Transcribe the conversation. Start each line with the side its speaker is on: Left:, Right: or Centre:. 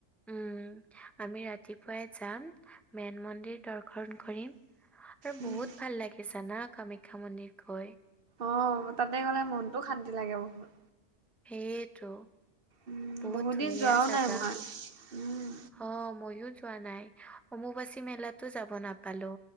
Centre: উম, আমি ৰাতিপুৱাই যাম মেন মন্দিৰ দৰ্শন কৰিম, আৰু
Right: উম
Centre: বহুত ভাল লাগি জানা কামাখ্যা মন্দিৰ? গৈ,
Right: অ তাতে গ'লে মনটোও শান্তি লাগে বহুত।
Centre: সেইটো,
Right: উম
Centre: বহুত ধুনীয়া
Right: দিন যোৱাও
Centre: জাগা।
Right: নাই মই উম
Centre: অ মইও যোৱা নাই, অমুবাচী মেলাতো যাব নাপালো।